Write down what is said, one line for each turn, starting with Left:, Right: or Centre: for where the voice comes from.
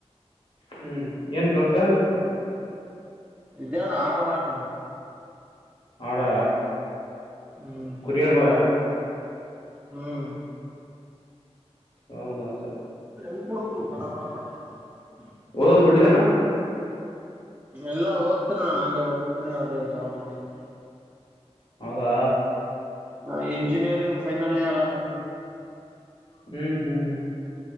Left: ಹ್ಮ್ ಏನ್ ಕಲ್ಸರ್ ಹಾ
Right: ಇದಗಾನ ಆರ್ಡರ್ ಆಾಕುದು
Left: ಆಡಾ
Right: ಹ್ಮ್
Left: ಕುರಿಯಾರ ಬ
Right: ಹ್ಮ್
Left: ಹೌದದು
Right: ಎ ಹ
Left: ಒದುದು ಬಡದ ನ
Right: ಎಲ್ಲಾ ಓದ್ತನಣಂಗೆ ಓದ್ತನಿ ಅದೇ ಜಾಬ್ ಮಾಡ್ತೀನ
Left: ಹೌದಾ
Right: ಹ ಎಂಜಿನಿಯರಿಂಗ್ ಫೈನಲ್ ಇಯರ್ ಆದ ನೀದು
Left: ಹ್ಮ್ ಹ್ಮ್ ಹ್ಮ್